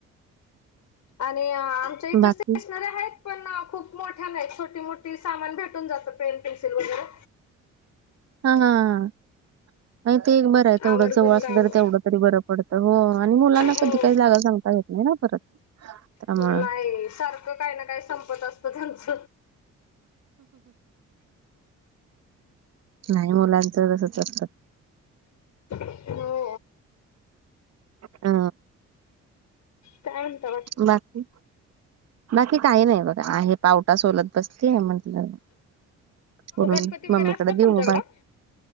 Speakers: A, on the left; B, on the right.
A: आणि आमच्या इथं
B: बाकी
A: स्टेशनरी हायत. पण खूप मोठ्या नाय छोटी मोठी सामान भेटून जातं पेन पेन्सिल वगैरे.
B: हा हा हा. नाय ते एक बरं ये तेवढं
A: आवर्जून
B: जवळ असं
A: गावं
B: तेवढं तरी बरं पडतं हो आणि मुलांना
A: हो
B: कधी काही जागा सांगता येत मी ना परत त्यामुळं
A: नाय सारखं कायना काय संपत असतं त्यांच.
B: नाय मुलांच तसच असत.
A: हो.
B: अ
A: काय म्हणता
B: बाकी. बाकी काही नाही बघ आहे पावटा सोलत बसलीये म्हण न करून
A: गणपती वगैरे
B: मम्मीकडे
A: असतात
B: देऊ
A: तुमच्याकडं?
B: मोबाईल